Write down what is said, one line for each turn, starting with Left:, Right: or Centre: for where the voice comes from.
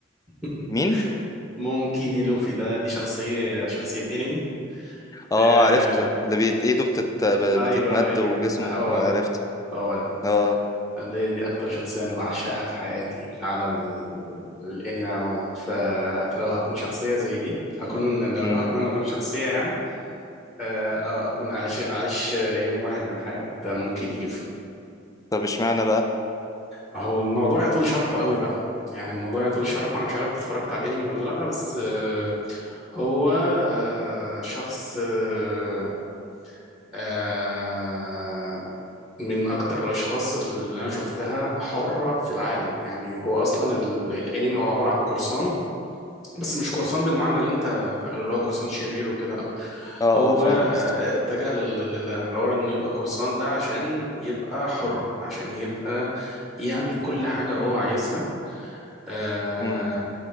Centre: <laughs>
Left: مين
Centre: مونكي دي لوفي ده دي شخصية شخصية انمي
Left: اه
Centre: آه
Left: عرفته اللي بيت ايده بتت...
Centre: ايوه
Left: بتتمد
Centre: ايوه
Left: وجسمه
Centre: هو
Left: آه،
Centre: ده
Left: عرفته
Centre: هو ده
Left: اه
Centre: دي دي اكتر شخصية انا بعشقها في حياتي في عالم ال- الانمي عموما ف... فلو هكون شخصية زي دي هكون لو
Left: أمم.
Centre: لو هتمنى اكون شخصية يعني اه آه، اكون عايش عايش يوم واحد من حياة مونكي دي
Left: طب اشمعنى بقى
Centre: ما هو الموضوع يطول شرحه قوي بقى يعني الموضوع يطول شرحه انا مش عارف إنت اتفرجت على الانمي ولا لا بس آه، هو آه، شخص آه، آه، من اكتر الاشخاص اللي انا شفتها حرة في العالم يعني هو اصلا ال- الانمي هو عبارة عن قرصان بس مش قرصان بالمعنى اللي انت فاكره اللي هو قرصان شرير وكده لا
Left: اه
Centre: هو
Left: اه فاهم
Centre: آه،
Left: قصدك
Centre: اتجه لل- لل- للحوار انه يبقى قرصان ده عشان يبقى حر عشان يبقى يعمل كل حاجة هو عايزها آه،
Left: مم،